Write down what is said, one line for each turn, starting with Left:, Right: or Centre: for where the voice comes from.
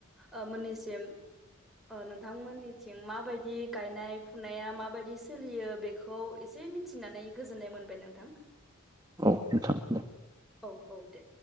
Centre: ओ मोननिसिम ओ नोंथांमोननिथिं माबायदि गायनाय फुनाया माबायदि सोलियो बे खौ एसे मिथिनानै गोजोन्नाय मोनबाय नोंथां
Right: औ नोंथां दे
Centre: औ औ दे